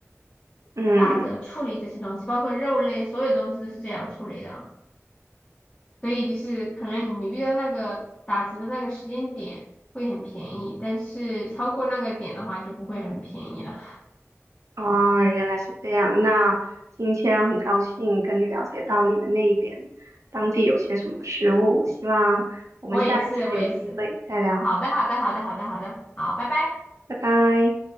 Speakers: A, on the right (about 75°); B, on the left (about 25°).
A: 嗯，
B: 打折处理这些东西，包括肉类，所有东西都是这样处理的，所以就是可能你遇到那个打折的那个时间点会很便宜，但是超过那个点的话就不会很便宜了。
A: 啊、原来是这样。那今天很高兴跟你了解到你们那一边当地有些什么食物，希望我们下一次有机会再聊，
B: <laughs> 我也是，我也是。好的，好的，好的，好的，好的，好，拜拜。
A: 拜拜。